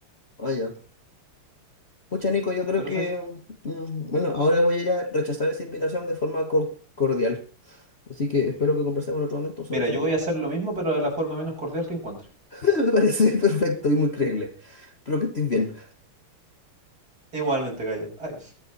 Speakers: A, on the left; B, on the right.
A: Oye, pucha, Nico, yo creo
B: pero
A: que.
B: es eso.
A: mm, bueno, ahora voy a ir a rechazar esa invitación de forma co- cordial. Así que espero que conversemos en otro momento sobre
B: Mira,
A: este
B: yo
A: tema.
B: voy a hacer lo mismo, pero de la forma menos cordial que encuentre.
A: <laughs> Me parece perfecto y muy creíble. Espero que estés bien.
B: Igualmente, Gallo, adiós.